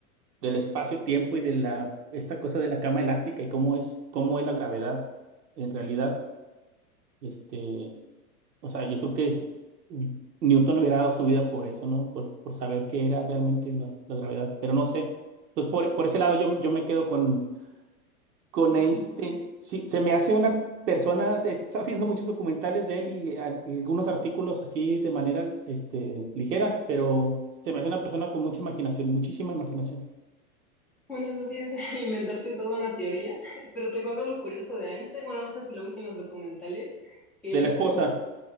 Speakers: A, on the right (about 85°); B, in the centre.
A: del espacio-tiempo y de la, esta cosa de la cama elástica y cómo es, cómo es la gravedad en realidad, este, O sea, yo creo que Newton hubiera dado su vida por eso, ¿no? Por, por saber qué era realmente la, la gravedad, pero no sé. Entonces, por, por ese lado yo, yo me quedo con, con
B: no,
A: Einstein.
B: Einstein.
A: Sí, se me hace una persona, se- estaba viendo muchos documentales de él y a- y algunos artículos así de manera este, ligera, pero se me hace una persona con mucha imaginación, muchísima imaginación.
B: Bueno, eso sí es <laughs> inventarte toda una teoría, <laughs> pero te cuento lo curioso de Einstein, bueno, no sé si lo viste en los documentales, que él
A: De la esposa.
B: como,